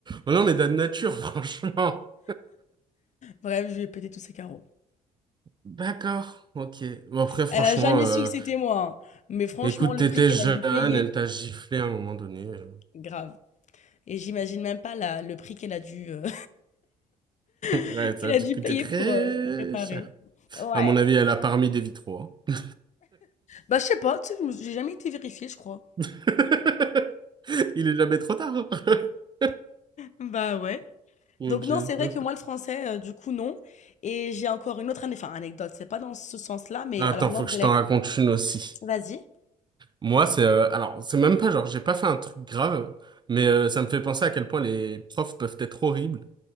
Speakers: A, on the right; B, on the left.
A: Oh non, mais de nature, <laughs> franchement.
B: Bref, je lui ai pété tous ses carreaux.
A: D'accord. Ok. Bon, après, franchement,
B: Elle a jamais
A: euh,
B: su que c'était moi, hein. Mais franchement,
A: écoute,
B: le
A: t'étais
B: prix qu'elle
A: jeune,
B: a dû payer,
A: elle t'a giflé à un moment donné. euh. <laughs>
B: grave. Et j'imagine même pas la, le prix qu'elle a dû, euh,
A: Ouais,
B: <laughs>
A: ça
B: qu'elle
A: a
B: a
A: dû
B: dû
A: coûter
B: payer
A: très
B: pour euh, réparer.
A: cher.
B: Ouais.
A: À mon avis, elle a parmi des vitraux. hein.
B: Bah, je sais pas, tu sais, je me- j'ai jamais été vérifiée, je crois.
A: <laughs> Il est jamais trop tard. <laughs>
B: Bah ouais.
A: Mon
B: Donc
A: Dieu,
B: non, c'est vrai
A: non.
B: que moi le français, euh, du coup non. Et j'ai encore une autre ane- enfin, anecdote. C'est pas dans ce sens-là, mais
A: Attends,
B: alors l'anglais.
A: faut que je t'en raconte une aussi.
B: Vas-y.
A: Moi, c'est euh, alors, c'est même pas genre, j'ai pas fait un truc grave, mais euh, ça me fait penser à quel point les profs peuvent être horribles.